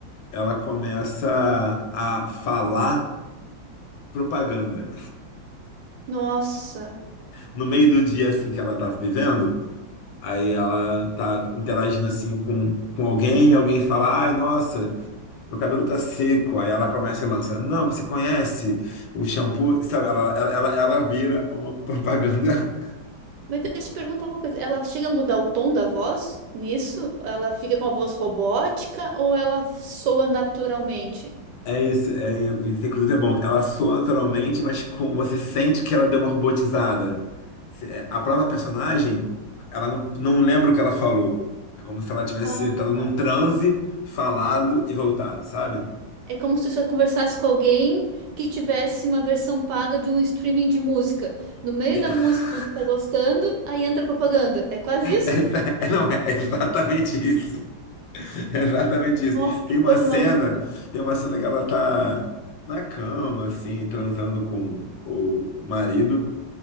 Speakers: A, on the left; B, on the right.
A: ela começa a falar propaganda.
B: Nossa.
A: No meio do dia assim que ela tá vivendo, aí ela tá interagindo assim com, com alguém, alguém fala, ai, nossa. Meu cabelo tá seco. Aí ela começa e lança: Não, você conhece o shampoo? Sabe, ela, ela, ela, ela vira uma propaganda. <laughs>
B: Mas deixa eu te perguntar uma coisa. Ela chega a mudar o tom da voz nisso? Ela fica com a voz robótica ou ela soa naturalmente?
A: É isso. É, isso, inclusive, é bom. Ela soa naturalmente, mas com, você sente que ela deu uma robotizada. Se- é, A própria personagem, ela não, não lembra o que ela falou. É como se ela tivesse
B: Ah,
A: entrado num
B: tá.
A: transe, falado e voltado, sabe?
B: É como se você conversasse com alguém que tivesse uma versão paga de um streaming de música. No meio
A: É,
B: da
A: <laughs>
B: música, quando você tá gostando, aí entra a propaganda. É quase isso?
A: é exa- é, não, é exatamente isso. <laughs> É exatamente isso.
B: Nossa, que
A: Tem uma
B: coisa
A: cena,
B: maluca.
A: tem uma cena que ela tá na cama, assim, transando com o o marido,